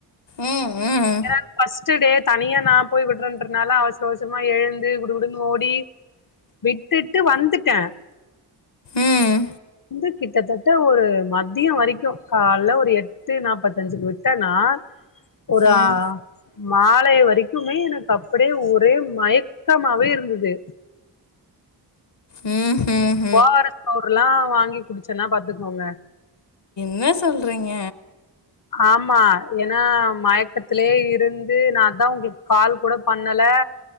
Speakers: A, on the left; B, on the left.
A: ம் ம்
B: ஏனா ஃபர்ஸ்ட்டு டே தனியா நா போய் விடுறேன்றதுனால அவசர அவசமா எழுந்து குடுகுடுனு ஓடி விட்டுட்டு வந்துட்டே
A: ம்
B: வந்து கிட்டத்தட்ட ஒரு மதிய வரைக்கும் கால்ல ஒரு எட்டு நாப்பத்தஞ்சுக்கு விட்டேனா ஒரு
A: ம்
B: ஆ மாலை வரைக்குமே எனக்கு அப்படியே ஒரே மயக்கமாவே இருந்தது
A: ம்ஹும்
B: ஓ ஆர் எஸ் பவுட்ருல்லா வாங்கி குடிச்சேன்னா பாத்துக்கோங்க
A: என்னா சொல்றீங்க
B: ஆமா ஏன்னா மயக்கத்திலயே இருந்து நாந்தா உங்களுக்கு கால் கூட பண்ணல